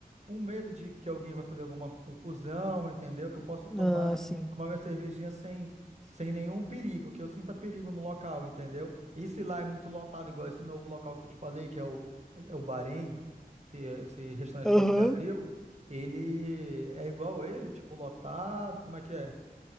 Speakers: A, on the right; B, in the centre.
A: um medo de que alguém vai fazer alguma confusão, entendeu? Que eu possa tomar,
B: Ah, sim
A: tomar minha cervejinha sem, sem nenhum perigo, que eu sinta perigo no local, entendeu? E se lá é muito lotado, igual esse novo local que eu te falei, que é o, é o Bahrein, que é esse restaurante
B: Aham.
A: novo que abriu, ele é igual ele, tipo, lotado, como é que é?